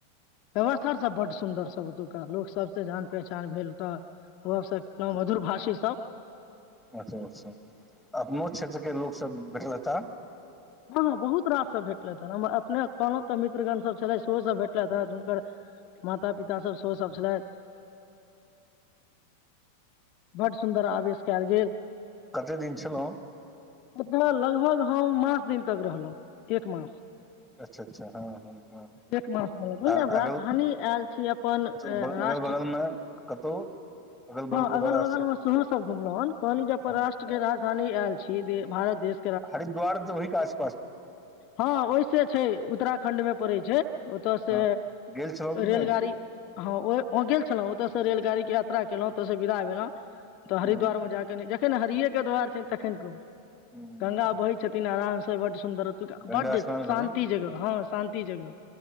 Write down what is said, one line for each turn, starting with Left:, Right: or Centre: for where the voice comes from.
Left: व्यवस्था सब बड सुन्दर सब ओतुका लोक सबस जान पहचान भेल तऽ ओ मधुर भाषा ी सब
Centre: अच्छा अचछा अपनो क्षेत्र के लोक सब भेटलता
Left: हँ हँ बहुत रास सभ भेटलथि हेँ हमर अपने कोनो तऽ मित्रगणसभ छलै सेहोसभ भेटलथि हेँ हुनकर माता- पिता सब सेहो सब छलथि। बड सुन्दर, आवेश कल गेल
Centre: कते दिन छलहुँ
Left: ओकरा लल। हम मास दिन तक रहलहुँ, एक मास।
Centre: अच्छा अच्छा हँ हँ हँ
Left: एक मास
Centre: आ
Left: आब राजधानी
Centre: अगल
Left: आयल छी अपन
Centre: तो ब-
Left: राष्ट्र
Centre: अगल बगलमे कतहु
Left: हँ
Centre: बगलके
Left: अगल
Centre: दौरा
Left: बगलमे
Centre: से
Left: सेहो सब घुमलहु हन कहली जे अपन
Centre: हाँ।
Left: राष्ट्र के राजधानी आयल छी भारत देश
Centre: हरिद्वार तऽ भी काज
Left: हँ ओहि से छै उत्तराखण्ड मे पड़ै छै। ओतऽ से
Centre: हँ गेल छलहुँ कि
Left: रेलगाड़ी
Centre: नहि
Left: हँ, ओ गेल छलहुँ, ओतय से रेलाड़ी के यात्रा केलहुं तऽ ओत से बिदा भलउ। त हरिद्वार
Centre: हम्म,
Left: मे जाके कहि जा जखन हरिे के दूआार छनि तखन कहू।
Centre: हम्म।
Left: गंगा बहै छथिन आराम से। नै बड। सुन्दर
Centre: गंगा
Left: बड्ड,
Centre: स्नान भेलै
Left: शान्त जगह हँ, शान्तति जगह,